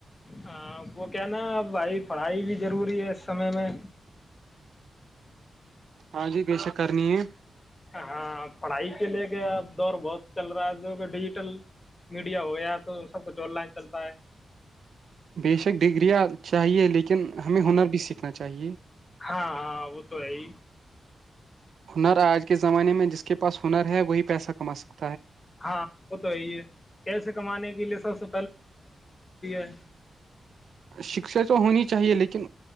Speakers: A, on the left; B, on the right.
A: ہاں وہ کیا ن ا بھائی پڑھائی بھی ضروری ہے اس سمے میں
B: ہاں جی بےشک کرنی ہے
A: ہاں پڑھائی پے لے گیا آپ دور بہت چل رہا ہے جو کہ ڈھی میڈیا ہو گیا تو سب کچھ آن لائن چلتا ہے
B: بےشک ڈگریاں چاہیے لیکن ہمیں ہنر بھی سیکھنا چاہیے
A: ہاں ہاں وہ تو ہے ہی
B: ہنر آج کے زمانے میں جس کے پاس ہنر ہے وہی پیسہ کما سکتا
A: ہاں وہ تو یہی ہے پیسے کمانے کے لیے سب سے <unintelligible>
B: شکشا تو ہونی چاہیے لیکن